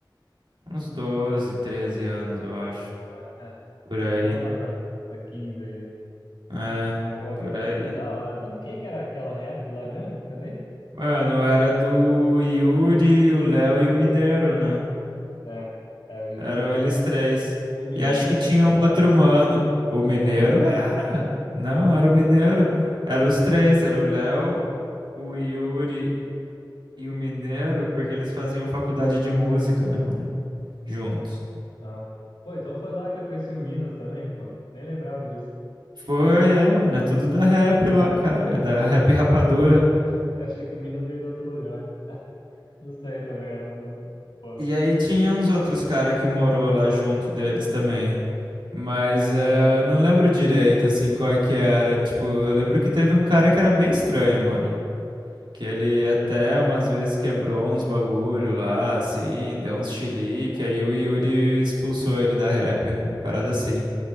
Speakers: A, on the right; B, on the left.
A: uns 12, 13 anos, eu acho.
B: Ah, <laughs> é.
A: Por aí.
B: Arredondar pra, pra 15 aí.
A: É,
B: Mas, pô, aquela
A: por aí.
B: época da hora, mano. De quem que era aquela rap lá mesmo? Que eu nem...
A: Mano,
B: Era
A: era do Yuri, o Léo
B: Yuri,
A: e o Mineiro, né?
B: né? É, o Yuri,
A: Eram
B: Léo.
A: eles três.
B: O Mineiro
A: E acho que
B: era
A: tinha
B: daquela
A: um outro
B: rap?
A: mano. O
B: Acho
A: Mineiro
B: que era outro mano.
A: era. Não, era
B: É,
A: o Mineiro. Eram os três, era o Léo, o Yuri e o Mineiro, porque eles faziam faculdade de música, né, mano? Juntos.
B: Ah. Pô, então foi lá que eu conheci o Minas também, pô. Nem lembrava disso.
A: Foi, é, mano,
B: Ah.
A: é tudo da rap lá, cara, é da
B: Eu achei
A: rap
B: que o Minas,
A: rapadura.
B: eu achei que o Minas veio de outro lugar. Não sei também, eu não, não, pô.
A: E aí tinha uns outros cara que morou lá junto deles também. Mas
B: É,
A: é,
B: tinha.
A: eu não lembro direito, assim, qual é que era. Tipo, eu lembro que teve um cara que era bem estranho, mano. Que ele até umas vezes quebrou uns bagulho lá, assim, deu uns chilique, aí o Yuri expulsou ele da rap, uma parada assim.